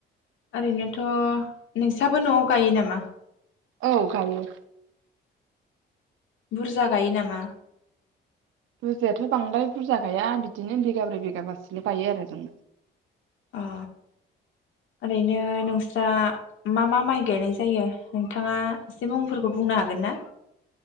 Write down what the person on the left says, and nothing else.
ओरैनोथ' नोंसाबो न'आव गायो नामा?
बुरजा गायो नामा?
अ ओरैनो नोंस्रा मा मा माइ गायनाय जायो नोंथाङा एसे मुंफोरखौ बुंनो हागोन ना?